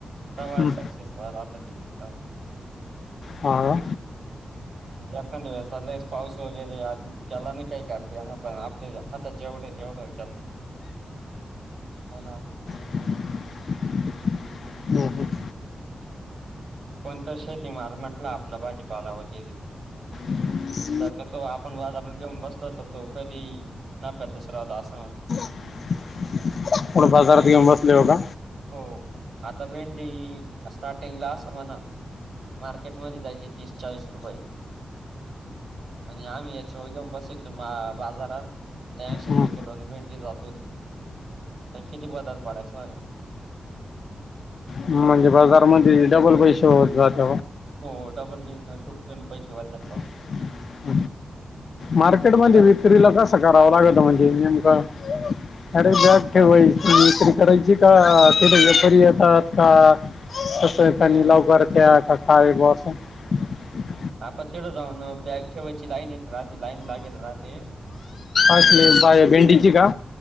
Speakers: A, on the right; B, on the left.
A: तवा
B: हं,
A: सक्सेस. <unintelligible>
B: हा का
A: एकांद वेळेस लयचं पाऊस वगैरे आला <unintelligible> पुढे तेवढं <unintelligible>
B: ह ह.
A: कोणत शेती माल म्हटलं आपलं भाजी पाला <unintelligible>
B: <unintelligible>
A: तर तो आपण बाजारात घेऊन बसलो, तर तो कधी नाफ्या तसं राहतं असं म्हण
B: <unintelligible> पुढं
A: आता
B: बाजारात
A: भेंडी
B: घेऊन
A: हो,
B: बसले का
A: आता भेंडी असं स्टार्टिंगला अस मना मार्केटमध्ये जायची तीस चाळीस रुपये. आणि आम्ही याच्या व जाऊन बसायचो. बाजारात त्याऐंशी
B: हं.
A: रुपये किलो आणि भेंडी जात होती. तर किती बदल पडायच मग.?
B: म्हणजे, बाजारमध्ये डबल पैसे होत जात.
A: हो डबल टुपचून पैसे वाचतात
B: <inaudible> मार्केट मध्ये
A: बस
B: विक्रीला कसं करावं लागतं म्हणजे, नेमक. अरे! बॅग ठेवायची
A: मा-
B: <unintelligible> व्यापारी येतात का? तसं आहे का
A: नाही
B: नि
A: नाही
B: लवकर त्या. <unintelligible>
A: आपण तेडं जाऊन बॅग ठेवायची लाईन येत राहते, लाईन लागेल राहते.
B: असले बाय भेंडीची का